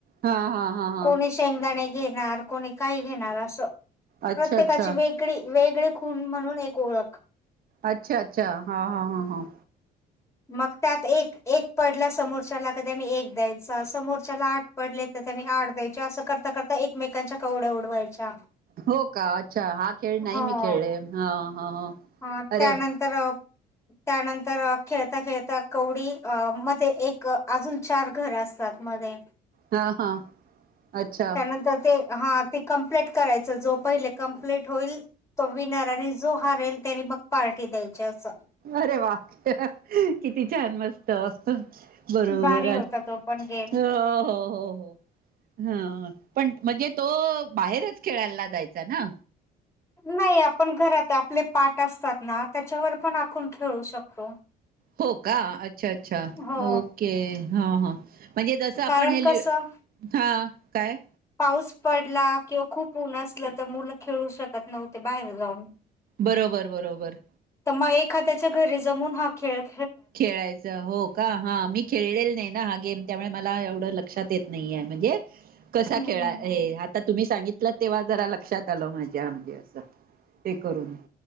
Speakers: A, on the right (about 60°); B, on the left (about 15°).
A: हा हा हा हा
B: कोणी शेंगदाणे घेणार कोणी काही घेणार असं
A: अच्छा
B: प्रत्येकाची
A: अच्छा
B: वेगळी. वेगळे खून म्हणून एक ओळख.
A: अच्छा अच्छा हा हा हा हा.
B: मग त्यात एक पडला समोरच्याला कधी आणि एक द्यायचा समोरच्याला आठ पडले तर. त्यांनी आठ द्यायच्या असं करता करता एकमेकांच्या कवड्या उडवायच्या.
A: हो का अच्छा हा खेळ नाही
B: हो
A: मी खेळले हा हा
B: हा,
A: अरे.
B: त्यानंतर अ, त्यानंतर खेळता खेळता कवडी मध्ये एक अजून चार घर असत. त्या मध्ये.
A: हा हा अच्छा
B: त्यानंतर ते हा ते कम्प्लीट करायचं. जो पहिले कंप्लीट होईल तो विनर आणि जो हारेल त्यानी मग पार्टी द्यायची असं.
A: अरे वा किती छान मस्त. बरोबर
B: भारी
A: आहे
B: होता तो पण गेम.
A: हो हो हो हो हा पण म्हणजे तो बाहेरच खेळायला जायचा ना?
B: नाही आपण घरात आपले पाठ असतात ना त्याच्यावर पण आखून खेळू शकतो.
A: हो का. अच्छा अच्छा
B: हो
A: ओके. हा हा. म्हणजे जसं आपण
B: कारण
A: हे
B: कसं
A: लिह हा काय?
B: पाऊस पडला किंवा खूप ऊन असलं तर मुलं खेळू शकत नव्हते. बाहेर जाऊन
A: बरोबर बरोबर.
B: तर मग एखाद्याच्या घरी जमून हा खेळ -
A: खेळायचं हो का हा मी खेळलेल नाही ना. हा गेम त्यामुळे मला एवढ लक्षात येत नाही, म्हणजे कसा
B: हम्म.
A: खेळा आता तुम्ही सांगितल. तेव्हा जरा लक्षात आल. माझ्या म्हणजे असं - ते करून